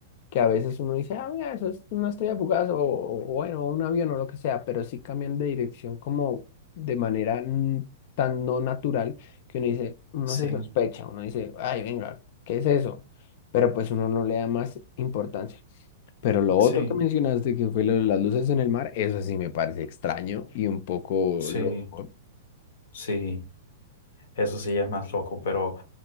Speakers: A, on the left; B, on the left.
A: que a veces uno dice, ah, mira, eso es una estrella fugaz o, o bueno, un avión o lo que sea, pero sí cambian de dirección como de manera mm, tan no natural que uno dice, uno
B: sí,
A: se sospecha, uno dice, ay, venga, ¿qué es eso? Pero pues uno no le da más importancia. Pero lo otro
B: sí,
A: que mencionaste, que fue lo de las luces en el mar, eso sí me parece extraño y un poco
B: sí,
A: loco.
B: sí, eso sí ya es más loco, pero